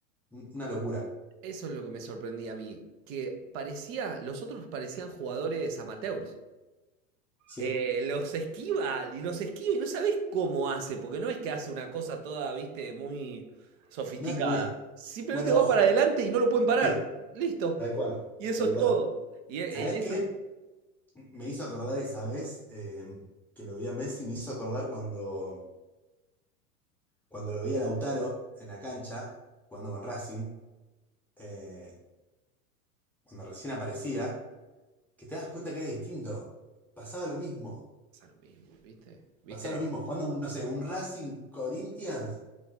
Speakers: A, in the centre; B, on the right.
A: Un- Una locura.
B: Eso es lo que me sorprendía a mí. Que parecía, los otros parecían jugadores amateurs.
A: Sí.
B: Eh, los esquiva, y los esquiva y no sabes cómo hace, porque no es que hace una cosa toda, viste, muy sofisticada.
A: No es muy. est-
B: Simplemente
A: Bueno,
B: va
A: ojo.
B: para adelante y no lo pueden parar.
A: Sí,
B: Listo.
A: tal cual.
B: Y eso
A: Tal
B: es
A: cual.
B: todo. Y e-
A: ¿Sabés
B: en esa
A: qué? Me hizo acordar esa vez eh, que lo vi a Messi, me hizo acordar cuando, cuando lo vi a Lautaro en la cancha, jugando con Racing, eh, cuando recién aparecía. que te das cuenta que era distinto. Pasaba lo mismo.
B: pasa lo mismo, ¿viste? ¿Viste?
A: Pasaba lo mismo. Jugando, un, no sé, un Racing Corinthians